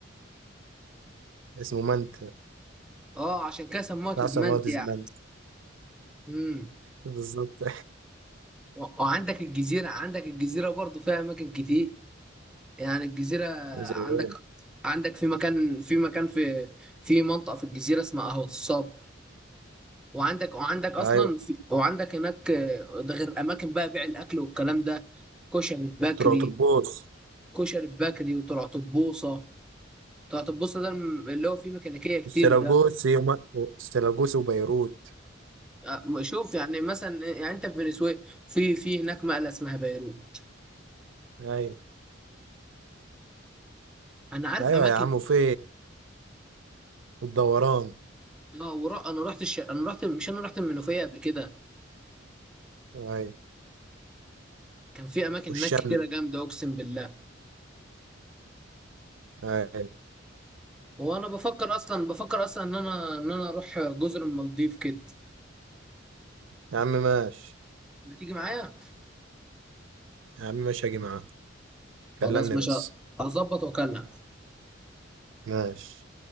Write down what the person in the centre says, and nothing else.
اه عشان كده سموها تزمنت
يعني امم
و- وعندك الجزيرة عندك الجزيرة برضو فيها اماكن كتير يعني الجزيرة
عندك
عندك في مكان في مكان في في منطقة في الجزيرة اسمها أهو الصاب وعندك وعندك أصلا
في وعندك هناك آه، ده غير أماكن بقى بيع الأكل والكلام ده كشري بكري
كشري بكري وطرطبوسة طرطبوسة ده الم- اللي هو فيه ميكانيكية كتير
ده
آه، شوف يعني مثلا يعني أنت في فنزويلا في في هناك مقلة اسمها بيروت
أنا عارف
أماكن
اه ورا انا رحت الش... انا رحت مش انا رحت المنوفيه قبل كده
كان في اماكن
هناك كتيره جامده اقسم بالله
وانا بفكر اصلا بفكر اصلا ان انا ان انا اروح جزر المالديف كده
ما تيجي معايا
خلاص ماشي
اظبط واكلم